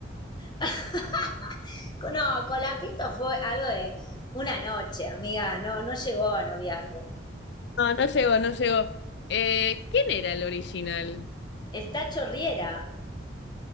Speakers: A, on the left (about 25°); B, on the left (about 65°).
A: <laughs> No, Colapinto fue algo de una noche, amiga, no, no llegó a noviazgo.
B: No, no llegó, no llegó. Eh, ¿quién era el original?
A: El Tacho Riera,